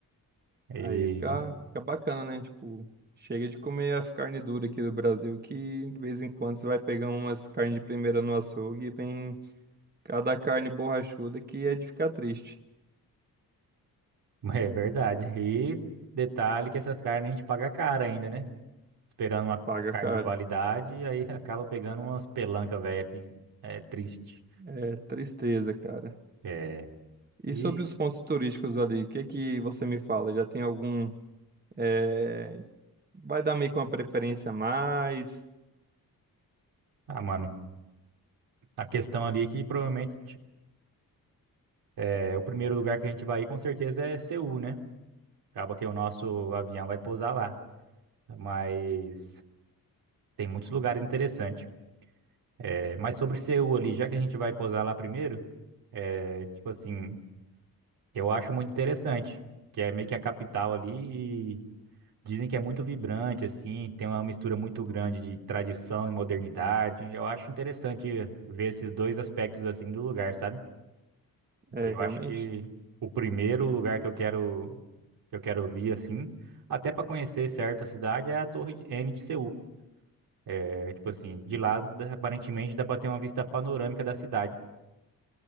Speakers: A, on the right; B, on the right.
A: E
B: aí fica, fica bacana, né? Tipo, chega de comer as carnes duras aqui do Brasil, que de vez em quando você vai pegar umas carnes de primeira no açougue e vem cada carne borrachuda que é de ficar triste.
A: <laughs> é verdade. E detalhe que essas carnes a gente paga caro ainda, né? Esperando uma
B: Paga,
A: carne
B: cara.
A: de qualidade, e aí <laughs> acaba pegando umas pelancas velha que é triste.
B: É tristeza, cara.
A: É.
B: E
A: E,
B: sobre os pontos turísticos ali, o que que você me fala? Já tem algum... é, Vai dar meio que uma preferência a mais.
A: ah, mano, a questão ali é que provavelmente é, o primeiro lugar que a gente vai ir com certeza é Seul, né? Acaba que o nosso avião vai pousar lá. Mas tem muitos lugares interessantes. É, mas sobre Seul ali, já que a gente vai pousar lá primeiro, é, tipo assim. Eu acho muito interessante, que é meio que a capital ali e dizem que é muito vibrante, assim, tem uma mistura muito grande de tradição e modernidade. Eu acho interessante ver esses dois aspectos assim do lugar, sabe?
B: É,
A: E eu
B: realmente.
A: acho que o primeiro lugar que eu quero que eu quero vir assim, até para conhecer certo a cidade é a Torre de- N de Seul. É tipo assim, de lá dá- aparentemente dá para ter uma vista panorâmica da cidade.